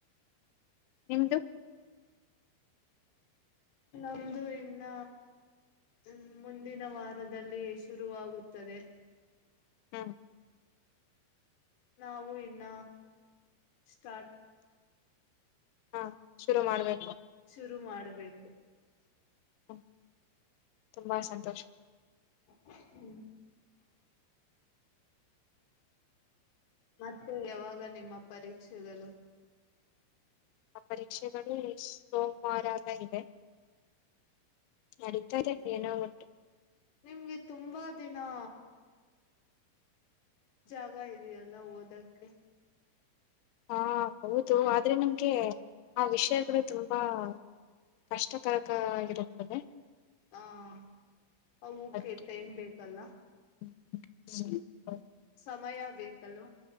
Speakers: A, on the left; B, on the left.
A: ನಿಮ್ದು
B: ನಮ್ದು ಇನ್ನ ಹುಂ ಮುಂದಿನ ವಾರದಲ್ಲಿ ಶುರುವಾಗುತ್ತದೆ
A: ಹಮ್
B: ನಾವು ಇನ್ನ -ಸ್ಟಾಟ್
A: ಅ ಶುರು ಮಾಡಬೇಕು
B: ಇದ್ ಮಾಡಬೇಕು
A: <unintelligible> ತುಂಬಾ ಸಂತೋಷ
B: ಹೂ ಮತ್ತೆ ಯಾವಾಗ ನಿಮ್ಮ ಪರೀಕ್ಷೆಗಳು
A: ಆ ಪರೀಕ್ಷೆಗಳು ನೆಕ್ಸ್ಟ್ ಸೋಮವಾರ ಇದೆ ನಡಿತಾ ಇದೆ ಏನೋ ಓಟ್
B: ನಿಮಗೆ ತುಂಬಾ ದಿನಾ ಜಾಗ ಇದೆ ಎಲ್ಲ ಓದಕ್ಕೆ
A: ಹಾ ಹೌದು ಆದ್ರೆ ನಿಮಗೆ ಆ ವಿಷಯಗಳು ತುಂಬಾ - ಕಷ್ಟಕರಕ ಆಗಿರುತ್ತದೆ
B: <unintelligible>
A: ಅದಕ್ಕೆ <inaudible>
B: ಸಮಯ ಬೇಕಲ್ವಾ